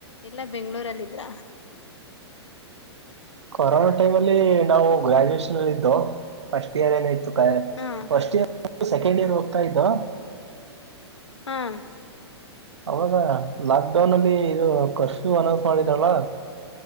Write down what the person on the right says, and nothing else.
ಕೊರೋನಾ ಟೈಮ್ ಅಲ್ಲಿ ನಾವು ಗ್ರಾಜುಯೇಷನ್ ಅಲ್ಲಿ ಇದ್ದೋ ಫಸ್ಟ್ ಏನೇನಾಯಿತೋ ಗ
ಫಸ್ಟ್ ಇಯರ್ ದು ಸೆಕೆಂಡ್ ಇಯರ್ ಹೋಗ್ತಾ ಇದ್ದೋ
ಅವಾಗ ಲಾಕ್ಡೌನ್ ಅಲ್ಲಿ ಇದು ಕರ್ಫ್ಯೂ ಅನೌನ್ಸ್ ಮಾಡಿದ್ರಲ್ಲ